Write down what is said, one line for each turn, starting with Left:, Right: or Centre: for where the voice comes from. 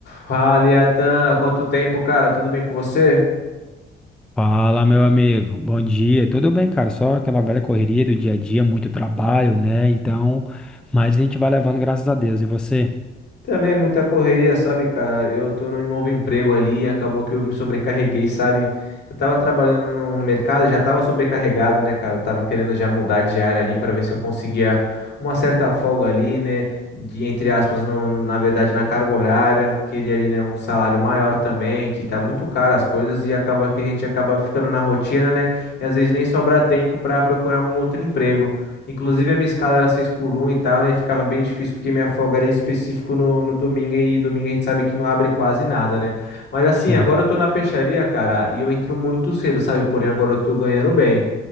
Left: Fala, Atan, quanto tempo, cara? Tudo bem com você?
Centre: Fala, meu amigo. Bom dia. Tudo bem, cara? Só aquela velha correria do dia a dia, muito trabalho, né? Então, mas a gente vai levando, graças a Deus. E você?
Left: Também muita correria, sabe, cara? Eu tô num novo emprego ali e acabou que eu me sobrecarreguei, sabe? Eu tava trabalhando no, no mercado, já tava sobrecarregado, né, cara? Eu tava querendo já mudar de área ali pra ver se eu conseguia uma certa folga ali, né? De, entre aspas, no- na verdade, na carga horária. Queria ali, né, um salário maior também, que tá muito caro as coisas e acaba que a gente acaba ficando na rotina, né? E às vezes nem sobra tempo pra procurar um outro emprego. Inclusive, a minha escala era 6 por um e tal, né? Ficava bem difícil porque minha folga era em específico no, no domingo e domingo a gente sabe que não abre quase nada, né? Mas assim,
Centre: Sim.
Left: agora eu tô na peixaria, cara, e eu entro muito cedo, sabe? Porém, agora eu tô ganhando bem.